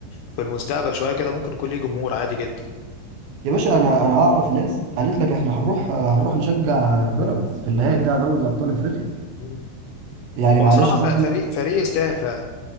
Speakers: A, on the left; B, on the right.
A: في المستقبل شويه كده ممكن يكون ليه جمهور عادي جدا
B: يا باشا انا انا اعرف ناس قالت لك احنا هنروح هنروح نشجع بيراميدز في النهائي
A: مم.
B: بتاع دوري ابطال افريقيا
A: مم.
B: يعني
A: هو
B: معلش
A: صراحه
B: يا
A: ف-
B: صاحبي
A: فريق فريق يستاهل فعلا